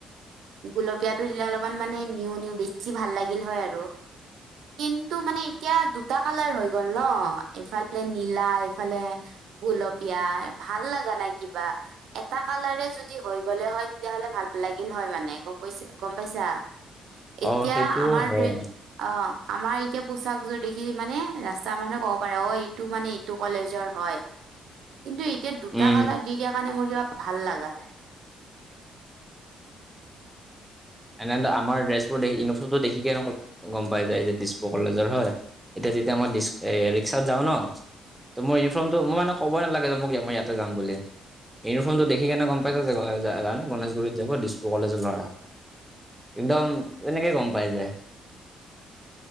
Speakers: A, on the right; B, in the centre.
A: গুলপীয়াটো দিলে অলপমান মানে নিউ নিউ বেছি ভাল লাগিল হয় আৰু কিন্তু মানে এতিয়া দুটা কালাৰ হৈ গ'ল ন এইফালে নীলা এইফালে গুলপীয়া ভাল লগা নাই কিবা এটা কালাৰে যদি হৈ গলে হয় তেতিয়াহ'লে ভাল ভাল লাগিল হয় মানে গম পাইছা গম পাইছা এতিয়া
B: অ সেইটোও
A: আমাৰ
B: হয়
A: অ', আমাৰ এতিয়া পোচাকযোৰ দেখি মানে ৰাস্তা মানহে ক'ব পাৰে অ এইটো মানে এইটো কলেজৰ হয়।
B: <unintelligible>
A: কিন্তু এতিয়া দুটা
B: উম।
A: কালাৰ দি দিয়া কাৰণে মোৰ কিবা ভাল লগা নাই।
B: এনেটো আমাৰ ড্ৰেছ বোৰ দেখি ইউনিফটো দেখিকেনে গম পাই যায় ডিছপুৰ কলেজৰ হয়। এতিয়া যেতিয়া মই ৰিক্সাত যাওঁ ন ত মোৰ ইউনিফৰ্মটো মই মানে। কবই নালাগে যে মোক মই ইয়াতে যাম বুলি। ইউনিফৰ্মটো দেখি কেনে গম পাইছ যে জানে গণেশগুৰিত যাব দিছপুৰ কলেজৰ ল'ৰা। একদম
A: উম,
B: তেনেকেই গম পাই যায়।